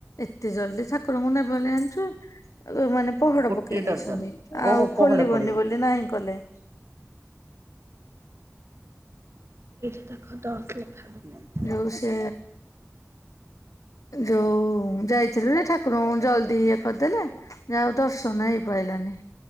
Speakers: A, on the left; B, on the right.
A: ଏତେ ଜଲ୍ଦି ଠାକୁରଙ୍କୁ ନେବେ ବୋଲି ଜାଣିଛୁ ମାନେ ପହଡ
B: ଗୋଟେ
A: ପକେଇ
B: ଡର୍ଜନ
A: ଦେଇଛନ୍ତି
B: ଓହୋ
A: ଆଉ
B: ପହଡ଼
A: ଖୋଲିବନି
B: ପଡ଼ିବ।
A: ବୋଲି ନାହିଁ କଲେ। <inaudible>
B: ଏଇଠି ତାଖ ଦସଲେ <unintelligible>
A: ଯୋଉ ସେ ଯୋଉ ଯାଇଥିଲୁ ଯେ ଠାକୁରଙ୍କୁ ଜଲ୍ଦି ଇଏ କରିଦେଲେ ଯା ହେଉ ଦର୍ଶନ ହେଇପାରଲାନି।